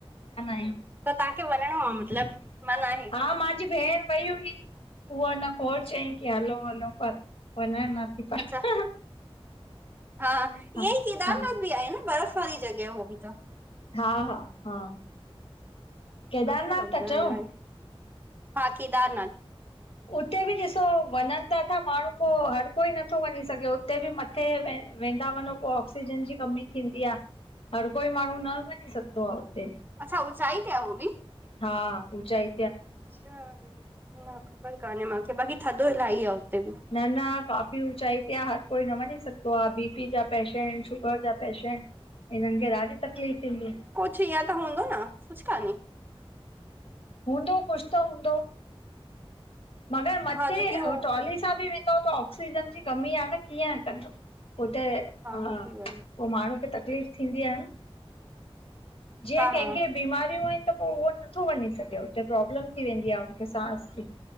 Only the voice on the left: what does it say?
ॿि।
<unintelligible>
हा मांजी भेंण वई हुई। उहो हुन खोड़ चयईं कि हलो- हलो पर वंञंणु न थी पायो
हा
हा
हा-हा-हा केदारनाथ
था
चओ?
उते ॿि ॾिसो वंञंनि त अथा माण्हूं पो हर कोई नत्थो वंञीं सघे उते ॿि म थे व वेंदा वंनो पो ऑक्सीजन ॼी कमी थींदी आ, हर कोई माण्हूं न वंञीं सघदो आ उते ॿि।
हा ऊंचाई
न-न काफ़ी ऊचाई ते हर कोई न वंञीं सघदो आ, ॿीपी ॼा पैशेंट शुगर ॼा पैशेंट हिनन खे ॾाढी तकलीफ़ थीदी
हूंदो कुछु त हूंदो मगर मत्थे
ट्राली कित्थां ॿि वेंदव त ऑक्सीजन ॼी कमी आ न कीअं कंदो। हुते हा
पो माण्हूँ खे तकलीफ़ थींदी आ न। ॼेंह
कहिंखे
बीमारियूं आहिनि त पो उहो नत्थो वंञीं सघे उते प्रॉब्लम थी वेंदी आ उनखे सांस ॼी।